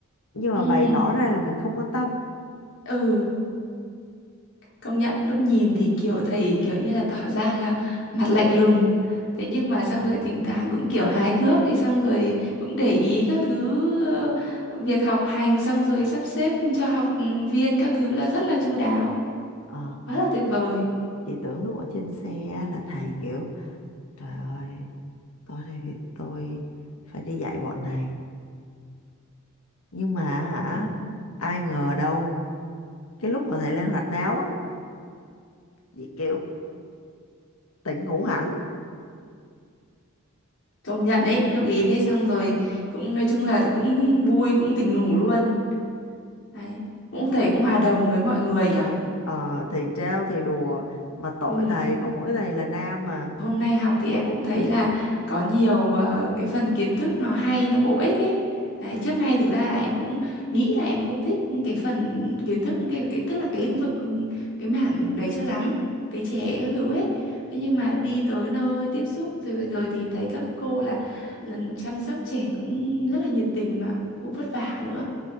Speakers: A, on the left; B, on the left.
A: nhưng mà
B: Ừ.
A: bày tỏ ra là mình không quan tâm
B: Ừ, công nhận lúc nhìn thì kiểu thầy kiểu như là tỏ ra là mặt lạnh lùng. Thế nhưng mà xong rồi thỉnh thoảng cũng kiểu hài hước thì xong rồi cũng để ý các thứ ờ, việc học hành xong rồi sắp xếp cho học viên các thứ là rất là chu đáo.
A: Ờ.
B: Quá là tuyệt vời.
A: chị tưởng lúc ở trên xe là thầy kiểu trời ơi tôi đây vì tôi phải đi dạy bọn này nhưng mà hả
B: Ừ.
A: ai ngờ đâu cái lúc mà thầy lên hoạt náo á chị kiểu tỉnh ngủ hẳn
B: Công nhận đấy, lúc ý thế xong rồi cũng nói chung là cũng vui cũng tỉnh ngủ luôn. Đấy, cũng thầy cũng hòa đồng với mọi người nhỉ.
A: ờ thì trêu thì đùa mà tội
B: Ừ.
A: thầy có mỗi thầy là nam mà
B: Hôm nay học thì em cũng thấy là có nhiều ờ, cái phần kiến thức nó hay, nó bổ ích ấy. Đấy, trước nay thực ra là em cũng nghĩ là em không thích cái phần kiến thức cái, cái tức là cái lĩnh vực ừ, cái mảng đấy cho lắm, cái trẻ các thứ ấy. Thế nhưng mà đi tới nơi tiếp xúc rồi rồi thì thấy các cô là, là chăm sóc trẻ cũng rất là nhiệt tình mà cũng vất vả nữa.